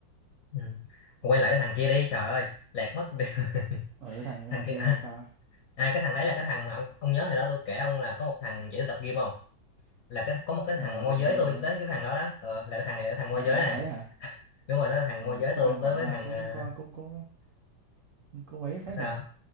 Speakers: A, on the left; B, on the right.
A: ừ. quay lại cái thằng kia đi trời ơi lạc mất <laughs>
B: Ở cái thằng cái
A: thằng
B: thằng
A: kia
B: kia
A: à,
B: là sao?
A: à cái thằng đấy là cái thằng mà ông, ông nhớ hồi đó tôi kể ông là có một thằng chỉ tôi tập gym không là cái có một cái
B: Ờ
A: thằng
B: ờ,
A: môi
B: tôi nhớ
A: giới
B: tôi
A: tôi
B: nhớ.
A: tới cái thằng đó đó ờ, là cái thằng này cái thằng môi
B: Là,
A: giới
B: là
A: này
B: thằng đấy hả?
A: đúng rồi nó là thằng
B: Ờ.
A: môi giới tôi
B: Cái quen quản
A: tới với
B: ra
A: thằng
B: cũng
A: à,
B: có cũng cũng cũng mấy phết
A: sao
B: nhỉ.